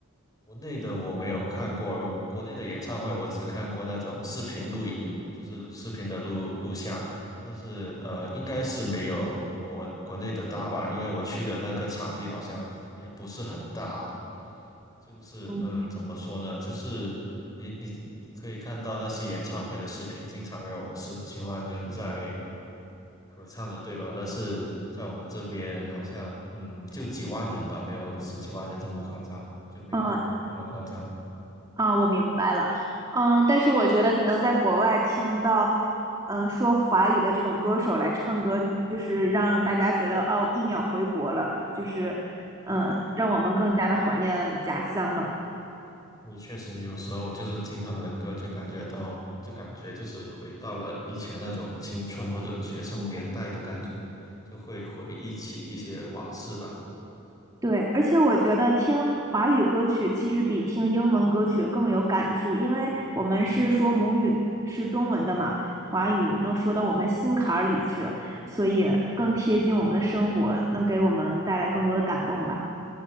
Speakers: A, on the left; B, on the right.
A: 国内的我没有看过，国内的演唱会我只看过那种视频录影，就是视频的录录像，但是呃，应该是没有国国内的大吧，因为我去的那个场地好像也不是很大，就是嗯，
B: 嗯，
A: 怎么说呢，就是你你你可以看到那些演唱会的视频，经常有十几万人在合唱的，对吧？但是在我们这边好像，嗯，就几万人吧，没有十几万人这么夸张，就没有国内那么夸张。
B: 啊啊，我明白了。嗯，但是我觉得能在国外听到，嗯，说华语的这种歌手来唱歌，就是让大家觉得哦，一秒回国了，就是，嗯，让我们更加的怀念家乡了。
A: 你确实有时候就是听他们的歌，就感觉到，就感觉就是回到了以前那种青春或者学生年代的感觉，就会回忆起一些往事吧。
B: 对，而且我觉得听华语歌曲其实比听英文歌曲更有感触，因为我们是说母语是中文的嘛，华语能说到我们心坎儿里去，所以更贴近我们的生活，能给我们带来更多的感动吧。